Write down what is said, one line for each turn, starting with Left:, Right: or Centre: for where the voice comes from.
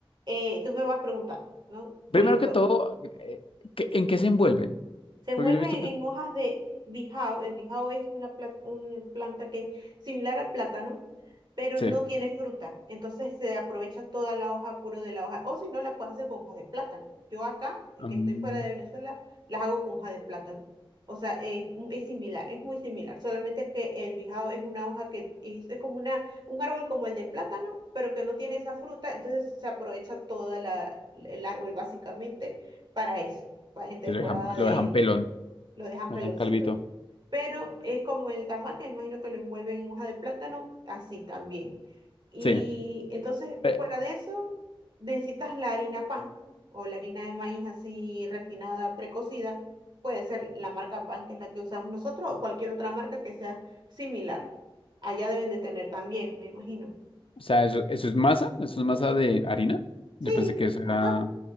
Right: eh, tú me vas preguntando, ¿no? Por
Left: Primero
Right: ejemplo,
Left: que todo, eh, ¿qué- ¿en qué se envuelven?
Right: Se envuelven
Left: Porque yo he visto
Right: en
Left: que
Right: hojas de bijao. El bijao es una, pla- una planta que es similar al plátano, pero
Left: sí,
Right: no tiene fruta. Entonces se aprovecha toda la hoja puro de la hoja. O si no, la puedes hacer con hoja de plátano. Yo acá, eh,
Left: mm,
Right: que estoy fuera de Venezuela, las hago con hoja de plátano. O sea, es, mu- es similar, es muy similar. Solamente que el bijao es una hoja que es, es como una, un árbol como el de plátano, pero que no tiene esa fruta. Entonces se aprovecha toda la, el árbol básicamente para eso, pa- en temporada
Left: sí lo dejan, lo
Right: de
Left: dejan pelón,
Right: lo dejan
Left: lo
Right: peloncito.
Left: dejan calvito.
Right: Pero es como el tamate, imagino que lo envuelven en hoja de plátano, así también. Y
Left: Sí.
Right: entonces,
Left: Eh,
Right: fuera de eso, necesitas la harina pan o la harina de maíz así refinada, precocida. Puede ser la marca pan, que es la que usamos nosotros, o cualquier otra marca que sea similar. Allá deben de tener también, me imagino.
Left: o sea, eso, eso es masa, eso es masa de harina.
Right: Sí,
Left: Yo pensé que eso
Right: ajá,
Left: era,